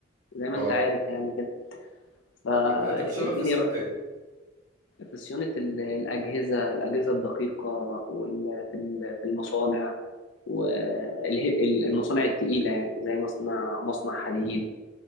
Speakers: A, on the left (about 70°); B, on the right (about 40°).
A: زي ما
B: اه
A: انت عارف يعني كده فالدنيا
B: وأنت- أنت بتشتغل في صيانة إيه؟
A: في صيانة ال- الأجهزة الأجهزة الدقيقة وال- في ال- في المصانع والمصانع التقيلة يعني زي مصنع مصنع حديد